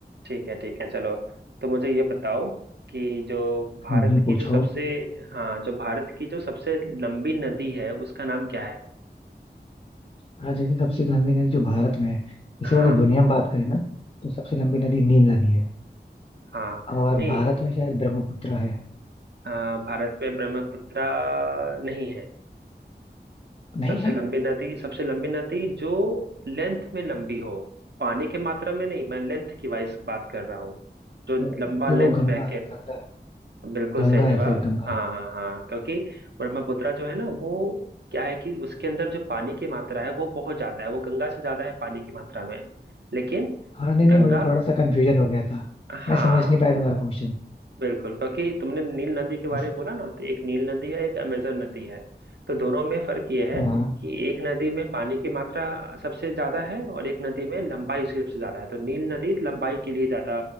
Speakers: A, on the right; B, on the left.
A: ठीक है ठीक है चलो तो मुझे ये बताओ कि जो भारत
B: नहीं पूछो
A: की जो सबसे हाँ जो भारत की जो सबसे लंबी नदी है उसका नाम क्या है
B: हाँ जैसे सबसे लंबी नदी जो भारत में है इसे
A: हाँ
B: अगर दुनिया में बात करें ना तो सबसे लंबी नदी नील नदी है
A: हाँ
B: और
A: नहीं
B: भारत में शायद ब्रह्मपुत्र है
A: अ, भारत में ब्रह्मपुत्र नहीं है
B: नहीं
A: सबसे
B: है
A: लंबी नदी सबसे लंबी नदी जो लेंथ में लंबी हो पानी की मात्रा में नहीं मैं लेंथ की वाइज बात कर रहा हूँ जो
B: वो-
A: लंबा
B: फिर
A: लेंथ
B: वो गंगा
A: बह के
B: गंगा
A: बिल्कुल
B: गंगा
A: सही जवाब
B: है फिर गंगा
A: हाँ हाँ हाँ क्योंकि ब्रह्मपुत्रा जो है ना वो क्या है कि उसके अंदर जो पानी की मात्रा है वो बहुत ज्यादा है वो गंगा से ज्यादा है पानी की मात्रा में लेकिन
B: हाँ नहीं
A: गंगा
B: नहीं मुझे थोड़ा सा कंफ्यूजन हो गया था
A: हाँ
B: मैं समझ नहीं पाया तुम्हारा क्वेश्चन
A: बिल्कुल क्योंकि तुमने नील नदी के बारे
B: बस
A: में बोला ना तो एक नील नदी है एक अमेजन नदी है तो दोनों में फर्क यह
B: हाँ
A: है कि एक नदी में पानी की मात्रा सबसे ज्यादा है और एक नदी में लंबाई उसकी सबसे ज्यादा है तो नील नदी लंबाई के लिए ज्यादा